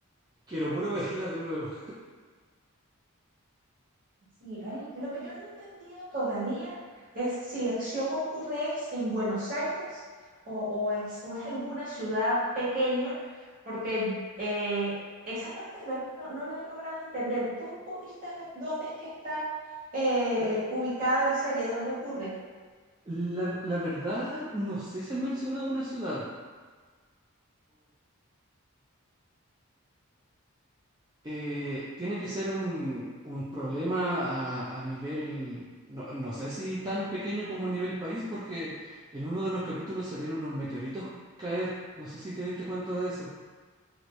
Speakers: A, on the right; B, on the right.
A: quiero puro <laughs> verla de nuevo.
B: Sí, ahí lo que yo no he entendido todavía es si la acción ocurre es en Buenos Aires o, o es, o es alguna ciudad pequeña, porque eh, esa parte de verdad no, no la he logrado entender. ¿Tú pudiste ver dónde es que está eh, eh, ubicada la serie, dónde ocurre?
A: La, la verdad, no sé si han mencionado una ciudad. eh, tiene que ser un, un problema a, a nivel, no, no sé si tan pequeño como a nivel país, porque en uno de los capítulos se ven unos meteoritos caer. No sé si te diste cuenta de eso.